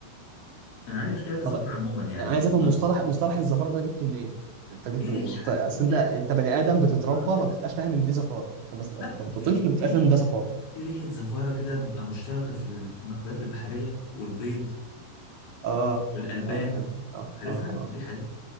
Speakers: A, on the left (about 70°); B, on the right (about 75°).
A: أنا عندي مشكلة في الزفارة
B: طب إيه؟
A: عموما يعني
B: أنا عايز افهم
A: ما-
B: مصطلح مصطلح الزفاره ده أنا جبته منين انت جبته
A: في ريحة
B: منين انت اصل
A: في ريحة
B: انت انت بني
A: في
B: ادم
A: ريحة
B: بتتربى
A: زفارة كده
B: ما بتبقاش فاهم ان دي زفاره عشان بس تبقى-
A: لا
B: انت كنت
A: في
B: طفل
A: ري...
B: ما بتبقاش
A: في ريحة
B: فاهم ان ده زفاره
A: في ريحة زفارة كده بتبقى مشتركة في ال... في المأكولات البحرية والبيض
B: اه
A: والألبان
B: اه فهمت اه
A: عارفها
B: اه اه
A: الريحة دي